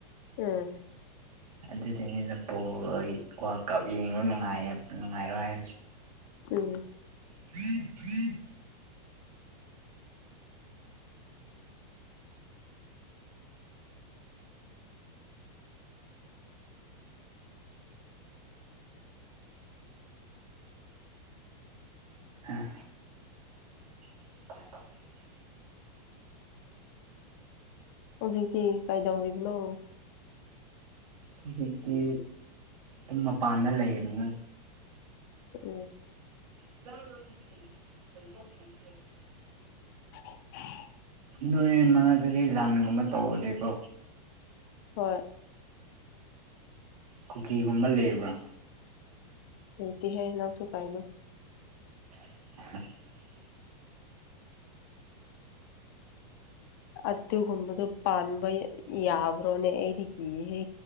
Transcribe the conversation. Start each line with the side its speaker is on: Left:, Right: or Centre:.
Left: ꯎꯝ
Right: ꯑꯗꯨꯗꯨꯏꯅꯤꯗ ꯕꯣꯜ ꯋꯥꯔꯀꯞ ꯌꯦꯡꯕ ꯅꯨꯡꯉꯥꯏꯌꯦ ꯅꯨꯡꯉꯥꯏꯕ ꯍꯥꯏꯕꯁꯤ
Left: ꯎꯝ
Right: ꯐ꯭ꯔꯤ ꯐ꯭ꯔꯤ ꯑꯝ <inaudible>
Left: ꯍꯧꯖꯤꯛꯇꯤ ꯀꯩꯗꯧꯔꯤꯕꯅꯣ
Right: ꯍꯧꯖꯤꯛꯇꯤ ꯑꯗꯨꯝ ꯃꯄꯥꯟꯗ ꯂꯩꯔꯤꯕꯅꯤ
Left: ꯎꯝ
Right: <unintelligible>
Left: <inaudible>
Right: ꯅꯣꯏ ꯃꯅꯥꯛꯇꯗꯤ ꯂꯥꯟꯒꯨꯝꯕ ꯇꯧꯔꯗꯤꯀꯣ
Left: ꯍꯣꯏ
Right: ꯀꯨꯀꯤꯒꯨꯝꯕ ꯂꯩꯕ꯭ꯔꯥ
Left: ꯂꯩꯇꯦꯍꯦ ꯅꯪꯁꯨꯨ ꯀꯩꯅꯣ
Right: <unintelligible>
Left: ꯑꯗꯨꯒꯨꯝꯕꯗꯨꯣ ꯄꯥꯟꯕ ꯌꯥꯕ꯭ꯔꯣꯅꯦ ꯑꯩꯗꯤ ꯀꯤꯍꯦ